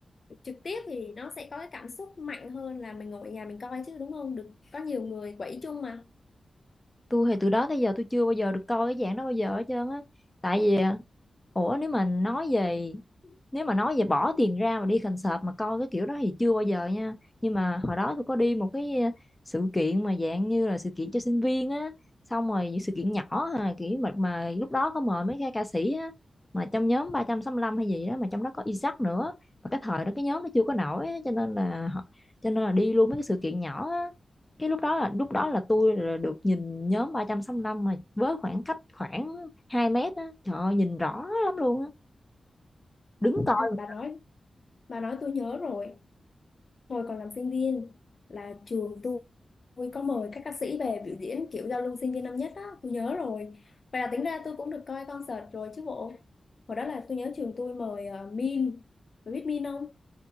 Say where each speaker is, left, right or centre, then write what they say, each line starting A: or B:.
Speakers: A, on the left; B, on the left.
A: trực tiếp thì nó sẽ có cái cảm xúc mạnh hơn là mình ngồi ở nhà mình coi chứ đúng không được có nhiều người quẩy chung mà
B: tôi thì từ đó tới giờ tôi chưa bao giờ được coi cái dạng đó bao giờ hết trơn á tại vì ờ, ủa nếu mà nói về nếu mà nói về bỏ tiền ra mà đi concert mà coi cái kiểu đó thì chưa bao giờ nha nhưng mà hồi đó tôi có đi một cái ờ, sự kiện mà dạng như là sự kiện cho sinh viên á xong rồi những sự kiện nhỏ ha, kiểu mà, mà lúc đó có mời mấy cái ca sĩ á mà trong nhóm 365 hay gì đó mà trong đó có Isaac nữa mà cái thời đó cái nhóm nó chưa có nổi á, cho nên là họ- cho nên là đi luôn mấy cái sự kiện nhỏ á cái lúc đó là lúc đó là tôi là được nhìn nhóm 365 mà với khoảng cách khoảng 2 mét á trời ơi, nhìn rõ lắm luôn á đứng coi
A: Hay bà
B: mà
A: nói bà nói tôi nhớ rồi hồi còn làm sinh viên là trường tôi tôi có mời các ca sĩ về biểu diễn kiểu giao lưu sinh viên năm nhất đó tôi nhớ rồi vậy là tính ra tôi cũng được coi concert rồi chứ bộ hồi đó là tôi nhớ trường tôi mời ờ, Min bà biết Min không